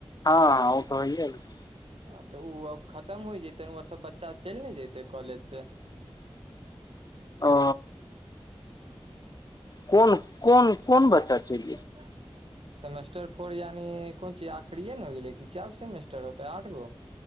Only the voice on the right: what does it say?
आ तऽ उ अब खत्म होय जते नै उ आर सब बच्चा चेल नै जेते कॉलेज से।
ये बाद में सेमेस्टर फोर यानि कोन चीज आखरीए नै होय गेले की केगो सेमेस्टर होतै आठगो?